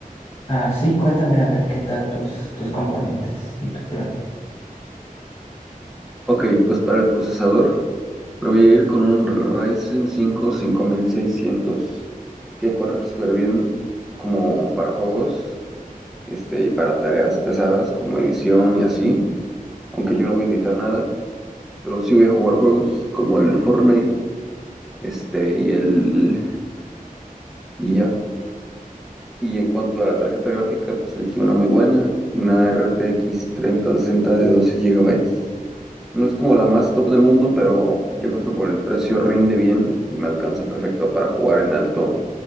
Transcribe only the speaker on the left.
Ah, sí, cuéntame a ver qué tal tus, tus componentes y tu plan.